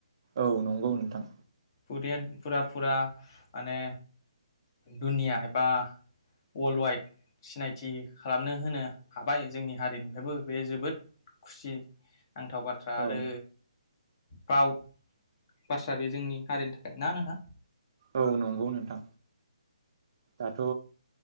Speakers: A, on the right (about 50°); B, on the left (about 40°).
A: औ नंगौ नोंथां।
B: <unintelligible> फुरा फुरा माने दुनिया एबा वर्ल्ड वाइड सिनायथि खालामनो होनो हाबाय जोंनि हारिनिफ्रायबो बे जोबोद खुसि नांथाव बाथ्रा आरो
A: औ
B: फ्राउद बाथ्रा बे जोंनि हारिनि थाखाय ना नोंथां?
A: औ नंगौ नोंथां दाथ'